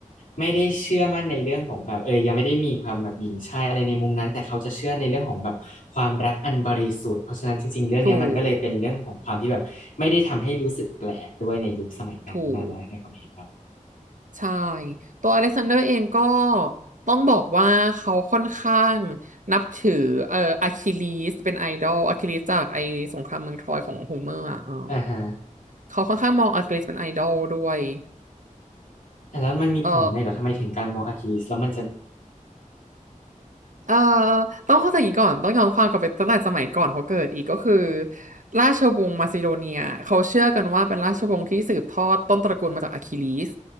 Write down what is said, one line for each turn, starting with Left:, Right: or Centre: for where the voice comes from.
Left: ไม่ได้เชื่อมั่นในเรื่องของแบบเออยังไม่ได้มีความแบบหญิงชายอะไรในมุมนั้นแต่เขาจะเชื่อในเรื่องของแบบความรักอันบริสุทธิ์เพราะฉะนั้นจริงๆเรื่องเนี้ยมันก็เลยเป็นเรื่องของความที่แบบไม่ได้ทำให้รู้สึกแปลกด้วยในยุคสมัยนั้นนะนะในความเห็นเรา
Right: ถูกถูก ใช่ ตัวอเล็กซานเดอร์เองก็ต้องบอกว่าเขาค่อนข้างนับถือเอ่ออะคิลีสเป็นไอดอลอะคิลีสจากไอสงครามเมืองทรอยของโฮเมอร์อ่ะเออ
Left: อ่าฮะ
Right: เขาค่อนข้างมองอะคิลีสเป็นไอดอลด้วย
Left: อ่ะแล้วมันมีผลยังไงเหรอทำไมถึงการมองอาคิลิสแล้วมันจะ
Right: เออเออต้องเข้าใจอย่างนี้ก่อนต้องย้อนความกลับไปตั้งแต่สมัยก่อนเขาเกิดอีกก็คือราชวงศ์มาซิโดเนียเขาเชื่อกันว่าเป็นราชวงศ์ที่สืบทอดต้นตระกูลมาจากอะคิลีส